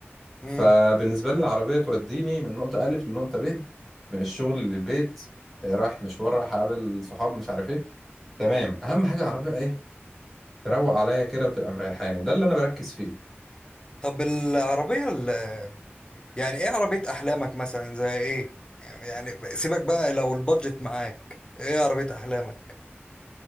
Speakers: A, on the left (about 20°); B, in the centre.
A: مم.
B: فبالنسبة لي العربية توديني من نقطة ألف لنقطة ب من الشغل للبيت آه، رايح مشوار رايح أقابل صحاب مش عارف إيه تمام أهم حاجة العربية بقى إيه تروق عليا كده وتبقى مريحاني ده اللي أنا بركز فيه
A: طب العربية ال- يعني ايه عربية احلامك مثلا زي ايه يعني سيبك بقى لو البادجت معاك ايه عربية احلامك